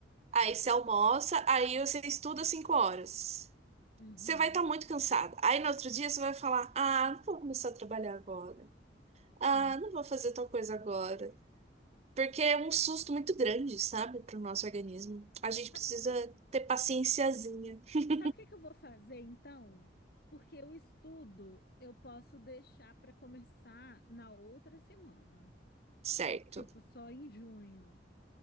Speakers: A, on the right (about 35°); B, on the left (about 60°).
A: aí você almoça, aí você estuda cinco horas.
B: Uhum.
A: Você vai estar muito cansada. Aí no outro dia você vai falar: "Ah, não vou começar a trabalhar agora.
B: Sim.
A: Ah, não vou fazer tal coisa agora." Porque é um susto muito grande, sabe, para o nosso organismo. A gente
B: Sabe
A: precisa
B: o que que,
A: ter paciênciazinha. <laughs>
B: sabe o que que eu vou fazer então? Porque o estudo eu posso deixar para começar na outra semana,
A: Certo.
B: tipo só em junho.